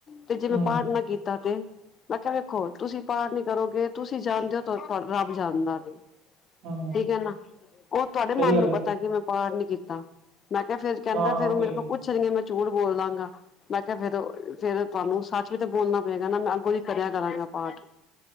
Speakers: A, on the left; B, on the right.
A: ਤੇ ਜੇ ਮੈਂ
B: ਹਮ
A: ਪਾਠ ਨਾ ਕੀਤਾ ਤੇ ਮੈਂ ਕੇਆ ਵੇਖੋ, ਤੁਸੀਂ ਪਾਠ ਨੀ ਕਰੋਗੇ, ਤੁਸੀ ਜਾਨਦੇ ਓ, ਰੱਬ ਜਾਨਦਾ ਵੇ।
B: ਹਮ
A: ਠੀਕ ਐ ਨਾ, ਓ ਤੁਆਡੇ
B: ਸਹੀ
A: ਮਨ
B: ਗੱਲ
A: ਨੂੰ
B: ਹੈ
A: ਪਤਾ ਕਿ ਮੈਂ ਪਾਠ ਨੀ ਕੀਤਾ, ਮੈਂ ਕੇਆ ਫੇਰ ਕੈਂਦਾ
B: ਹਾਂ
A: ਫੇਰ
B: ਉਹ
A: ਓ
B: ਤਾਂ
A: ਮੇਰੇ
B: ਹੈਈ
A: ਕੋ
B: ਹੈ
A: ਪੁੱਛਨਗੇ, ਮੈਂ ਝੂਠ ਬੋਲ ਦਾਂਗਾ। ਮੈਂ ਕੇਆ ਫੇਰ ਫੇਰ ਤੁਆਨੂੰ ਸੱਚ ਵੀ ਤਾਂ ਬੋਲਨਾ ਪੇਗਾ ਨਾ, ਮੈਂ ਅੱਗੋਂ ਜੀ ਕਰੇਆ ਕਰਾਂਗਾ ਪਾਠ।